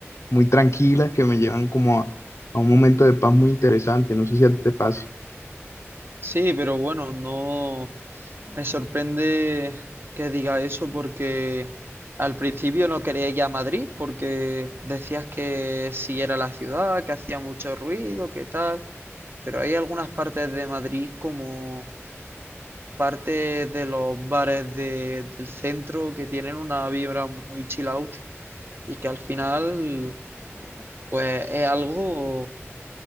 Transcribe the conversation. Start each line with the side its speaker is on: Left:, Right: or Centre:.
Left: muy tranquilas que me llevan como a, a un momento de paz muy interesante. No sé si a ti te pasa.
Right: Sí, pero bueno, no me sorprende que diga eso porque al principio no quería ir a Madrid porque decías que sí era la ciudad, que hacía mucho ruido, que tal, pero hay algunas partes de Madrid como parte de los bares de- del centro que tienen una vibra muy chill out y que al final pues es algo